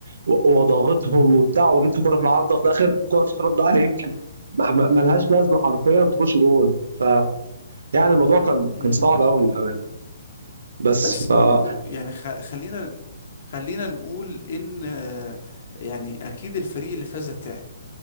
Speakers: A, on the right; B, on the left.
A: و- وضغطهم وبتاع وجبت كوره في العارضه وفي الاخر الكوره تترد عليك ما- ما- ملهاش لازمه حرفيا تخش جول ف يعني الموضوع كان
B: مم.
A: كان صعب قوي للامانه بس
B: بس
A: ف
B: برضو
A: اه
B: يعني خ- خلينا خلينا نقول ان آه، يعني اكيد الفريق اللي فاز ده تعب